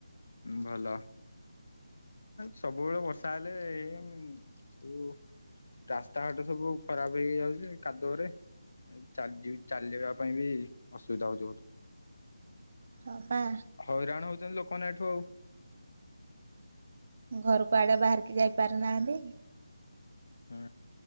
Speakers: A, on the left (about 65°); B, on the right (about 45°).
A: ଭଲ। ସବୁବେଳେ ବର୍ଷା ହେଲେ ଏମ୍ କୁ ରାସ୍ତା ଘାଟ ସବୁ ଖରାପ ହେଇ ଯାଉଚି କାଦୁଅରେ ଏଚାଯିବି ଚାଲିବା ପାଇଁ ବି ଅସୁବିଧା ହଉଚି ବହୁତ।
B: ହ ପା
A: ହଇରାଣ ହଉଛନ୍ତି ଲୋକମାନେ ଏଠୁ ଆଉ
B: ଘରୁ କୁଆଡେ ବାହାରିକି ଯାଇ ପାରୁନାହାନ୍ତି।
A: ହୁଁ,